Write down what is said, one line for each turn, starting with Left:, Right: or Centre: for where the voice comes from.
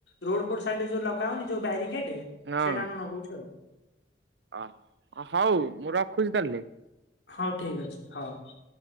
Left: ରୋଡ ଫୋଡ଼ ସାଇଡରେ ଯୋଉ ଲଗା ହଉନି ଯଉ ବ୍ୟାରିକେଡ
Right: ହଁ।
Left: ସେଇଟା ଆମେ ନଗଉଛି ଆଉ।
Right: ଅ ହଉ ମୁଁ
Left: ହଁ
Right: ରଖୁଛି ତାହେଲେ।
Left: ହଉ ଠିକ ଅଛି ହଉ ହଉ।